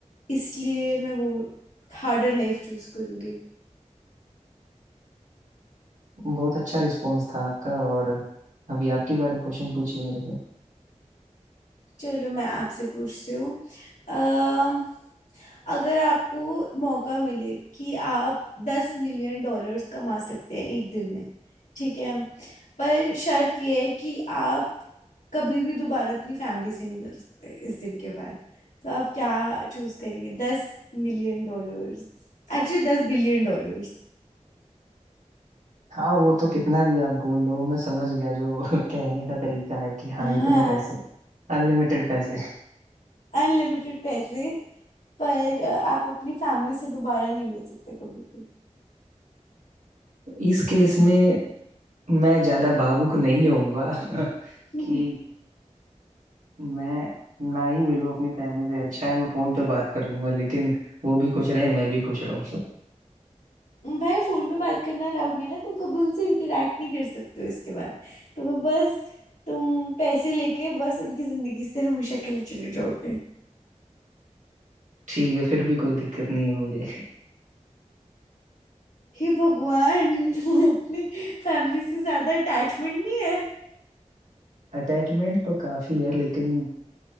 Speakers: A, on the left; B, on the right.
A: इसलिए मैं वो हार्डर लाइफ चूज करूंगी
B: बहुत अच्छा रिस्पॉन्स था आपका और अभी आपकी बारी क्वेश्चन पूछिए मेरे से
A: चलो मैं आपसे पूछती हूँ अम, अगर आपको मौका मिले कि आप दस मिलियन डॉलर्स कमा सकते हैं एक दिन में ठीक है पर शर्त यह है कि आप कभी भी दोबारा अपनी फैमिली से नहीं मिल सकते इस दिन के बाद तो आप क्या चूज करेंगे दस मिलियन डॉलर्स एक्चुअली दस बिलियन डॉलर्स
B: हाँ वो तो कितना भी आप बोल लो मैं समझ गया जो <laughs> कहने का तरीका है कि हाँ
A: हाँ
B: इतने पैसे अनलिमिटेड पैसे
A: अनलिमिटेड पैसे पर अ, आप अपनी फैमिली से दोबारा नहीं मिल सकते कभी भी
B: इस केस में मैं ज्यादा भावुक नहीं होऊंगा <laughs>
A: हम्म।
B: कि मैं ना ही मिलूँ अपनी फैमिली से अच्छा है मैं फोन पे बात कर लूंगा लेकिन वो भी खुश रहे मैं भी खुश रहूँ
A: भाई फोन पे बात करना अलाउड नहीं है ना तुम कभी उनसे इंटरेक्ट नहीं कर सकते हो इसके बाद तुम्हें बस तुम पैसे लेके बस उनकी जिंदगी से हमेशा के लिए चले जाओगे
B: ठीक है फिर भी कोई दिक्कत नहीं है मुझे
A: हे भगवान तुम्हें अपनी फैमिली से ज्यादा अटैचमेंट नहीं है
B: अटैचमेंट तो काफी है लेकिन